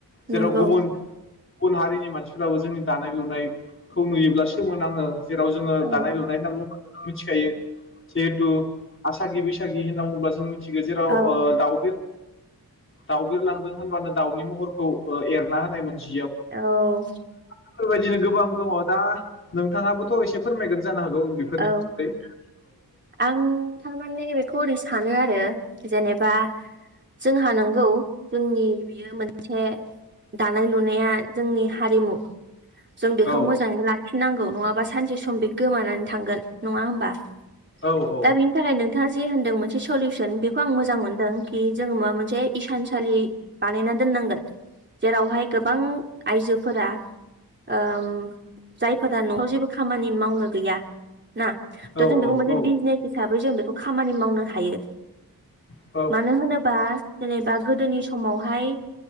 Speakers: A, on the left; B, on the right.
A: जेराव
B: नंगौ
A: गुबुन गुबुन हारिनि मानसिफ्राबो जोंनि दानाय लुनायखौ नुयोब्ला सोमोनाङो जेराव जों
B: औ
A: दानाय लुनाय होनना बुङोब्ला मिथिखायो जिहेथु आसागि बैसागि होनना बुङोब्ला जों थिगो जेराव
B: औ
A: दाउ दाउ बिरलांदों होनबानो दाउनि महरखौ एरना होनाय मोनसे
B: औ
A: बेफोरबायदिनो गोबां दङ दा नोंथाङाबोथ' एसे फोरमायगोन जानो हागौ बेफोरनि
B: औ
A: <unintelligible>
B: आं थारमाने बेखौ ओरै सानो आरो जेनेबा जोंहा नंगौ जोंनि बियो मोनसे दानाय लुनाया जोंनि हारिमु जों बेखौ
A: औ
B: मोजाङै लाखिनांगौ नङाबा सानसे सम बे गोमानानै थांगोन नङा होमबा
A: औ औ
B: दा बेनि थाखाय नोंथां होनदों मोनसे सलुसन बेखौ आं मोजां मोनदों कि जोङो माबा मोनसे इसानसालि बानायना दोन नांगोन जेरावहाय गोबां आइजो फोरा ओ जायफोरा न'आव जेबो खामानि मावनो गैया ना त
A: औ
B: जों बेखौ
A: औ
B: मोनसे
A: औ
B: बिजनेस हिसाबै जों बेखौ खामानि मावनो हायो
A: औ नंगौ औ
B: मानो होनोबा जेनेबा गोदोनि सम समावहाय